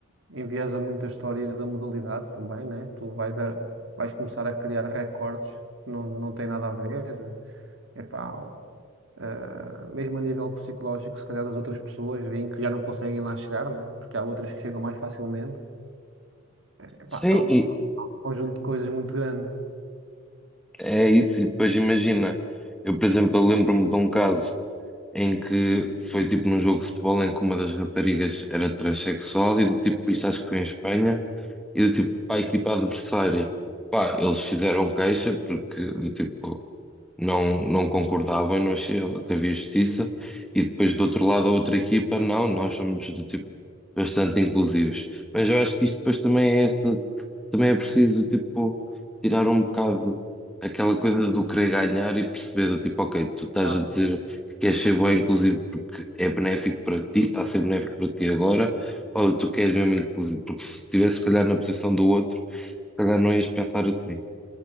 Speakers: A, on the right; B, in the centre.
A: enviesa muita história da modalidade também, né? Tu vais a, vais começar a criar recordes que não, não tem nada a ver. Epá, eh, mesmo a nível psicológico, se calhar as outras pessoas veem que já não conseguem lá chegar, né? Porque há outras que chegam mais facilmente. Epá,
B: Sim,
A: há um, há um conjunto de coisas muito grande.
B: É isso, e depois imagina, eu por exemplo, eu lembro-me de um caso em que foi tipo num jogo de futebol em que uma das raparigas era transexual e do tipo, isto acho que foi em Espanha, e do tipo, para a equipa adversária, pá, eles fizeram queixa porque do tipo não, não concordava e não achava que havia justiça. E depois do outro lado, a outra equipa, não, nós somos do tipo bastante inclusivos. Mas eu acho que isto depois também é esta, também é preciso tipo tirar um bocado aquela coisa do querer ganhar e perceber do tipo, ok, tu estás
A: Claro.
B: a dizer que queres ser bom inclusivo porque é benéfico para ti, está a ser benéfico para ti agora, ou tu queres mesmo inclusivo, porque se estivesse se calhar na posição do outro, se calhar não ias pensar assim.